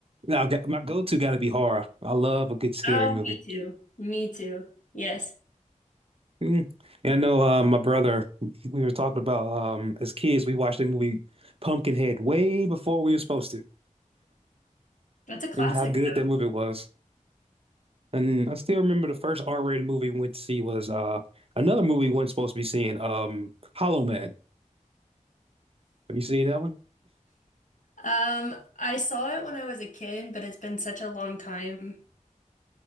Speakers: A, on the right (about 45°); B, on the left (about 70°).
A: Now, I got, my go-to got to be horror. I love a good scary
B: Oh,
A: movie.
B: me too. Me too. Yes.
A: Mm. And I know uh, my brother, we were talking about um, as kids, we watched the movie Pumpkinhead way before we were supposed to,
B: That's a classic
A: and how good that movie was. And I still remember the first R-rated movie we went to see was uh another movie we weren't supposed to be seeing, um, Hollow Man. Have you seen that one?
B: Um, I saw it when I was a kid, but it's been such a long time.